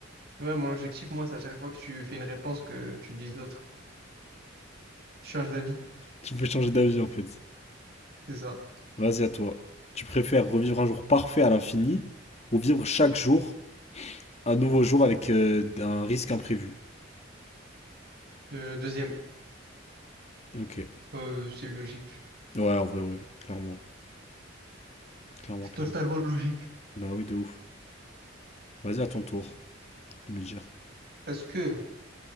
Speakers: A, on the right; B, on the left.
A: Ouais, mon objectif, moi, c'est à chaque fois que tu fais une réponse que tu dises l'autre. Tu changes d'avis,
B: Tu peux changer d'avis, en fait.
A: c'est ça.
B: Vas-y à toi. Tu préfères revivre un jour parfait à l'infini ou vivre chaque jour un nouveau jour avec euh, un risque imprévu?
A: Euh, deuxième,
B: Ok.
A: Euh, c'est logique.
B: Ouais, en vrai, ouais. Clairement. Clairement,
A: C'est
B: clairement.
A: totalement logique.
B: Bah oui, de ouf. Vas-y à ton tour de me dire.
A: Est-ce que